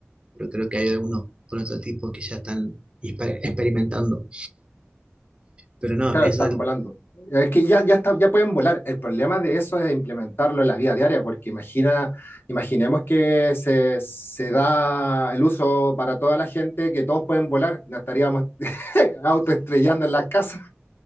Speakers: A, on the right; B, on the left.
A: pero creo que hay algunos prototipos que ya están exper- experimentando. Pero no,
B: claro,
A: eso
B: están volando. Es que ya, ya, está- ya pueden volar. El problema de eso es implementarlo en la vida diaria, porque imagina, imaginemos que se, se da el uso para toda la gente, que todos pueden volar. No estaríamos <laughs> autoestrellando en las casas.